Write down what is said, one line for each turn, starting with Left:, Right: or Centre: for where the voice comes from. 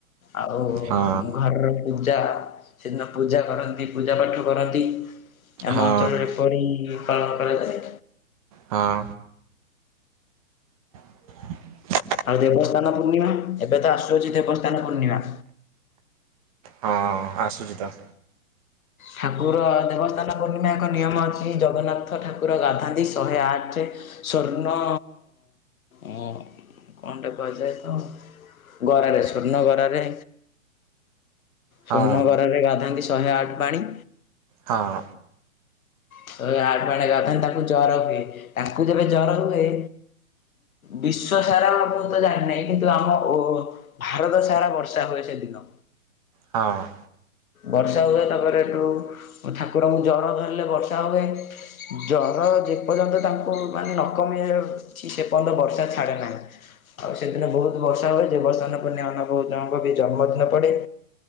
Left: ଆଉ
Right: ହଁ
Left: ଘରର <inaudible> ଟା ସେଦିନ ପୂଜା କରନ୍ତି ପୂଜା ପାଠ କରନ୍ତି ଆମ
Right: ହଁ
Left: ଅଞ୍ଚଳରେ। କିପରି ପାଳନ କରାଯାଏ।
Right: ହଁ। <inaudible>
Left: ଆଉ ଦେବସ୍ଥାନ ପୂର୍ଣ୍ଣିମା ଏବେ ତ ଆସୁଅଛି ଦେବସ୍ଥାନ ପୂର୍ଣ୍ଣିମା।
Right: ହଁ ଆସୁଛି ତ।
Left: ଠାକୁର ଦେବସ୍ଥାନ ପୂର୍ଣ୍ଣିମା ଏକ ନିୟମ ଅଛି ଜଗନ୍ନାଥ ଠାକୁର ଗାଧାନ୍ତି ଶହେ ଆଠେ ସ୍ୱର୍ଣ୍ଣ ଅ କଣ୍ଟେ କୁହାଯାଏ ତ ଗରାରେ ସ୍ୱର୍ଣ୍ଣ ଗରାରେ ସ୍ୱର୍ଣ୍ଣ
Right: ହଁ
Left: ଗରାରେ ଗାଧାନ୍ତି ଶହେ ଆଠ ପାଣି
Right: ହଁ।
Left: ଶହେ ଆଠ ପାଣିରେ ଗାଧାନ୍ତି ତାଙ୍କୁ ଜର ହୁଏ ତାଙ୍କୁ ଯେବେ ଜର ହୁଏ ବିଶ୍ଵ ସାରା ଆ ମୁତ ଜାଣିିନେଇଁ କିନ୍ତୁ ଆମ ଓ ଭାରତ ସାରା ବର୍ଷା ହୁଏ ସେଦିନ।
Right: ହଁ।
Left: ବର୍ଷା ହୁଏ ତାପରେ ଏଠୁ ଠାକୁରଙ୍କୁ ଜର ଧରିଲେ ବର୍ଷା ହୁଏ। ଜର ଯେପର୍ଯ୍ୟନ୍ତ ତାଙ୍କୁ ମାନେ ନକମି ଛି ସେ ପନ୍ତ ବର୍ଷା ଛାଡ଼େ ନାହିଁ। ଆଉ ସେଦିନ ବହୁତ ବର୍ଷା ହୁଏ ଦେବସ୍ନାନ ପୂର୍ଣ୍ଣିମାମାନେ ବହୁତ୍ ଜଣଙ୍କର ଜନ୍ମଦିନ ପଡେ।